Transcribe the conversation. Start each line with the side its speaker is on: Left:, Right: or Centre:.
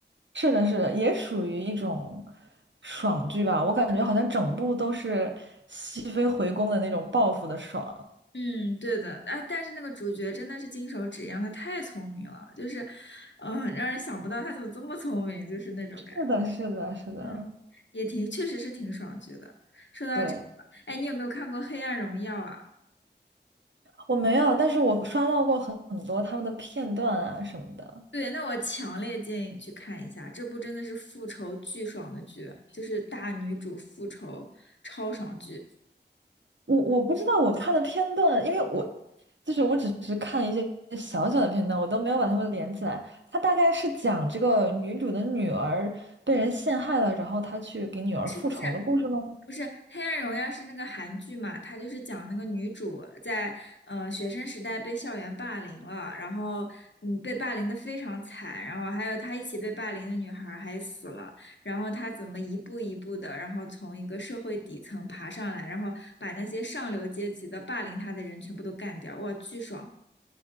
Right: 是的，是的，也属于一种爽剧吧。我感觉好像整部都是熹妃回宫的那种报复的爽。
Left: 嗯，对的。啊，但是那个主角真的是金手指一样，他太聪明了，就是，嗯、让人想不到他怎么这么聪明，就是那种感觉。
Right: 是的，是的，是的，
Left: 嗯，也挺，确实是挺爽剧的。说到这个，
Right: 对。
Left: 哎，你有没有看过《黑暗荣耀》啊？
Right: 我没有，但是我刷到过很很多他们的片段啊什么的。
Left: 对，那我强烈建议你去看一下，这部真的是复仇巨爽的剧，就是大女主复仇超爽剧。
Right: 我我不知道我看的片段，因为我就是我只是看一些小小的片段，我都没有把它们连起来。它大概是讲这个女主的女儿被人陷害了，然后她去给女儿复仇的故事吗？
Left: 是不是？不是《黑暗荣耀》是那个韩剧嘛？它就是讲那个女主在呃学生时代被校园霸凌了，然后嗯被霸凌的非常惨，然后还有她一起被霸凌的女孩儿还死了，然后她怎么一步一步的，然后从一个社会底层爬上来，然后把那些上流阶级的霸凌她的人全部都干掉，哇，巨爽！